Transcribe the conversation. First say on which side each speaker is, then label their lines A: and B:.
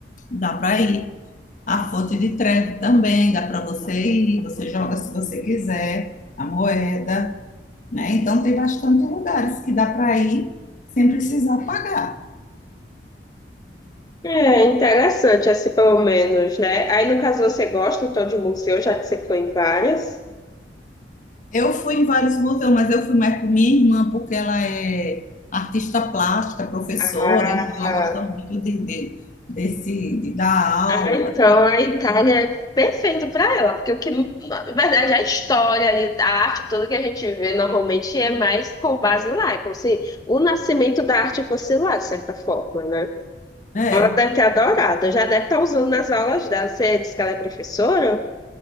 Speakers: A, on the left; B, on the left.
A: Dá para ir. A Fonte de Trevi também dá para você ir. Você joga se você quiser. A moeda né? Então tem bastante lugares que dá para ir sem precisar pagar.
B: É interessante, assim, pelo menos, né? Aí, no caso, você gosta, então, de museu, já que você foi em várias.
A: Eu fui em vários museus, mas eu fui mais com minha irmã, porque ela é artista plástica, professora,
B: Ah.
A: então ela gosta muito de, de, desse, de dar aula,
B: Ah, então a Itália é perfeito para ela, porque o que, na verdade, a história, ali, a arte, tudo que a gente vê normalmente é mais com base lá, é como se o nascimento da arte fosse lá, de certa forma, né?
A: né?
B: Então Ela deve ter adorado, já deve estar usando nas aulas dela. Você disse que ela é professora,